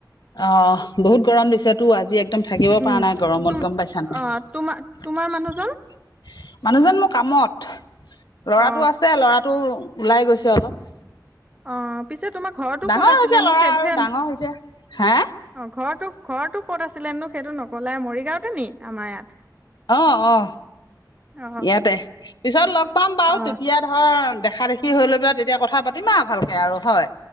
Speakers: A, on the left (about 75°); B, on the right (about 20°).
A: অ বহুত গৰম দিছে তো আজি এক। একদম থাকিব
B: উম
A: পৰা নাই গৰমত
B: তুম
A: গম পাইছা নাই?
B: অ তোমাৰ তোমাৰ মানুহজন
A: মানুহজন মোৰ কামত লৰাটো
B: অ
A: আছে, ল'ৰাটো। ওলাই গৈছে অলপ।
B: অ পিছে তোমাৰ ঘৰৰতটো
A: ডাঙৰ
B: ক'ত আছিলেনো
A: হৈছে ল'ৰা
B: সেইটোহে
A: আৰু
B: অ
A: ডাঙৰ হৈছে হা
B: ঘৰটো। ঘৰটো ক'ত আছিলেনো সেইটো নকলে মৰিগাঁওতে নি আমাৰ ইয়াত?
A: অ অ
B: অ
A: ইয়াতে পিছত লগ পাম বাৰু
B: অ
A: তেতিয়া ধৰ। দেখা দেখি হৈ লৈ পেলাই তেতিয়া কথা পাতিমা ভালকে আৰু হয়।